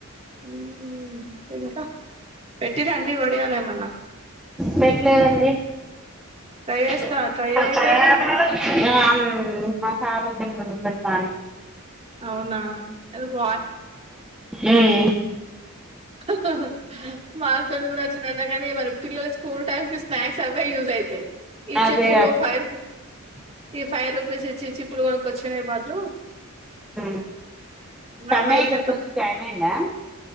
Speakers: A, on the right; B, in the centre.
A: ఉమ్ ఇంకా పెట్టిర్రా అండి వడియాలు ఏమన్నా
B: పెట్లేదండి
A: ట్రై
B: <unintelligible>
A: చేస్తా ట్రై చేయపోయిరు
B: కార్ వద్దని వండి పెట్టాను
A: అవునా ఎందుకు
B: మ్మ్
A: అహహా మా తోనీ కూడా వచ్చిందంట కానీ మరి పిల్లల స్కూల్ టైమ్కి స్నాక్స్ అవే యూస్ అయితాయి ఈ
B: అదే
A: చెప్పులు ఫై రూపీ ఈ ఫైవ్ రూపీస్ ఇచ్చి ఇచ్చి చెప్పులు కొనుక్కొచ్చే బదులు
B: ఉమ్ కన్నయ్య
A: అవయితేనే
B: ఇక్కడకు వచ్చి జాయిన్ అయ్యిండా